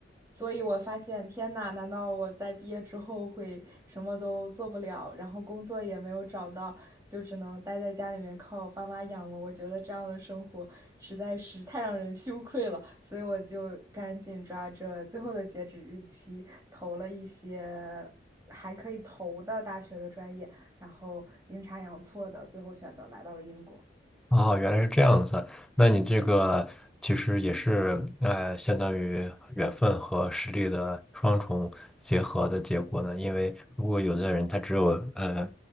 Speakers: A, on the right; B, in the centre.
A: 所以我发现，天呐，难道我在毕业之后会什么都做不了，然后工作也没有找到，就只能待在家里面靠爸妈养吗？我觉得这样的生活实在是太让人羞愧了，所以我就赶紧抓着最后的截止日期投了一些。还可以投的大学的专业，然后阴差阳错的最后选择来到了英国。
B: 哦，原来是这样子。那你这个其实也是，呃，相当于缘分和实力的双重结合的结果呢。因为如果有的人他只有呃，